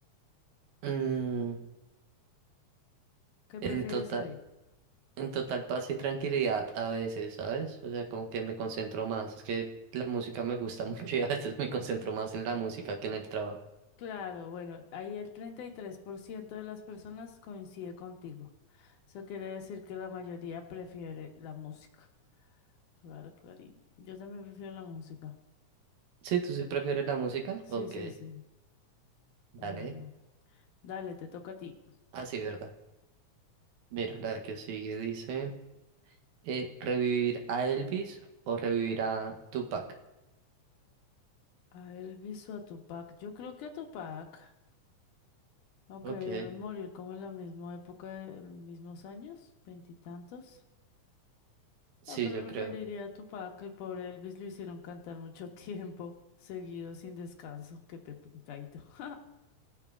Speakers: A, on the right; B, on the left.
A: Mm,
B: ¿Qué prefieres
A: en total,
B: ahí?
A: en total paz y tranquilidad a veces, ¿sabes? O sea, como que me concentro más. Es que la música me gusta <laughs> mucho y a veces me concentro más en la música que en el trabajo.
B: Claro, bueno, ahí el 33% de las personas coincide contigo. Eso quiere decir que la mayoría prefiere la música. Claro, clarín. Yo también prefiero la música.
A: Sí, ¿tú sí prefieres la música?
B: Sí,
A: Ok,
B: sí, sí.
A: dale.
B: Bueno, bueno. Dale, te toca a ti.
A: Ah, sí, ¿verdad? Mira, la que sigue dice... eh, ¿revivir a Elvis o revivir a Tupac?
B: A Elvis o a Tupac. Yo creo que a Tupac, aunque
A: Ok.
B: debieron morir como en la misma época, en mismos años, veintitantos.
A: Sí,
B: No, pero
A: yo
B: preferiría
A: creo.
B: a Tupac. El pobre Elvis lo hicieron cantar mucho <laughs> tiempo, seguido, sin descanso. Qué pepe, qué caído. <laughs>